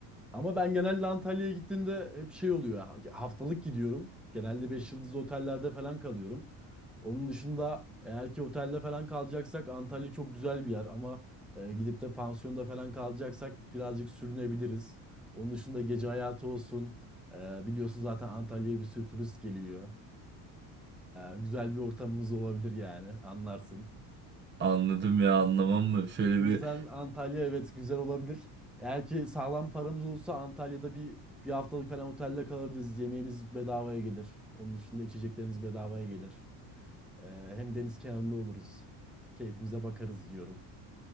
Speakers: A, in the centre; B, on the right (about 25°).
A: Ama ben genelde Antalya'ya gittiğimde hep şey oluyor. ha- Haftalık gidiyorum. Genelde 5 yıldızlı otellerde falan kalıyorum. Onun dışında eğer ki otelde falan kalacaksak Antalya çok güzel bir yer ama e, gidip de pansiyonda falan kalacaksak birazcık sürünebiliriz. Onun dışında gece hayatı olsun. E, biliyorsun zaten Antalya'ya bir sürü turist geliyor. E, güzel bir ortamımız olabilir yani anlarsın.
B: Anladım ya anlamam mı? Şöyle
A: O yüzden
B: bir
A: Antalya evet güzel olabilir. Eğer ki sağlam paramız olursa Antalya'da bir bir haftalık falan otelde kalabiliriz. Yemeğimiz bedavaya gelir. Onun dışında içeceklerimiz bedavaya gelir. Ee, hem deniz kenarında oluruz. Keyfimize bakarız diyorum.